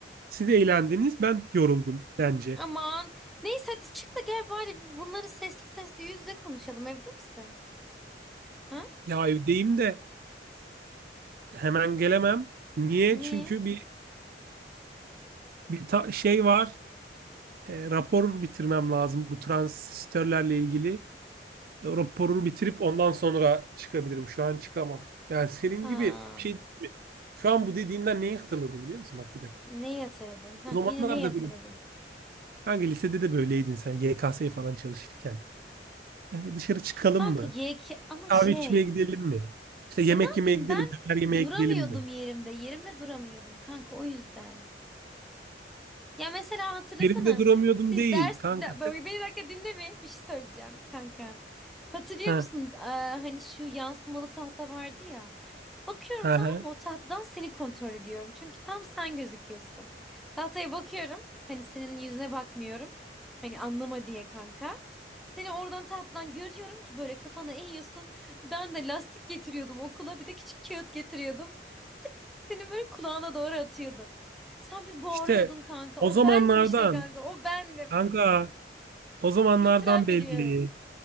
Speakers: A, on the right; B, in the centre.
A: Siz eğlendiniz, ben yoruldum bence.
B: Aman. Neyse hadi çık da gel bari bunları sesli sesli yüz yüze konuşalım. Evde misin? Ha?
A: Ya evdeyim de hemen gelemem. Niye?
B: Niye?
A: Çünkü bir bir ta- şey var. e, rapor bitirmem lazım bu transistörlerle ilgili. E, raporu bitirip ondan sonra çıkabilirim. Şu an çıkamam. Yani senin
B: Ha.
A: gibi bir şey değil mi? şu an bu dediğinden neyi hatırladım biliyor musun? Bak bir dakika.
B: Ne yatırdın? Hah,
A: O zamanlar
B: yine ne yatırdın?
A: da böyle Kanka lisede de böyleydin sen YKS'ye falan çalışırken. Yani dışarı çıkalım
B: Kanka
A: mı?
B: yeki ama
A: Kahve
B: şey.
A: içmeye gidelim mi? İşte yemek
B: E ne yapayım
A: yemeye gidelim,
B: ben
A: mi? döner yemeye
B: duramıyordum
A: gidelim mi?
B: yerimde. Yerimde duramıyordum kanka o yüzden. Ya mesela hatırlasana
A: Yerimde duramıyordum
B: siz
A: değil
B: ders
A: kanka.
B: bir dakika, beni bir dakika dinle bir, bir şey söyleyeceğim kanka. Hatırlıyor
A: Ha,
B: musun Aa, hani şu yansımalı tahta vardı ya. Bakıyorum
A: ha,
B: tamam
A: ha.
B: mı o tahtadan seni kontrol ediyorum. Çünkü tam sen gözüküyorsun. Tahtaya bakıyorum hani senin yüzüne bakmıyorum. Hani anlama diye kanka. Seni oradan tahtadan görüyorum ki böyle kafana eğiyorsun. Ben de lastik getiriyordum okula bir de küçük kağıt getiriyordum. Senin böyle kulağına doğru atıyordum. Sen bir bağırıyordun
A: İşte
B: kanka.
A: o
B: O
A: zamanlardan
B: bendim işte kanka. O bendim.
A: kanka O zamanlardan
B: İtiraf
A: belli.
B: ediyorum.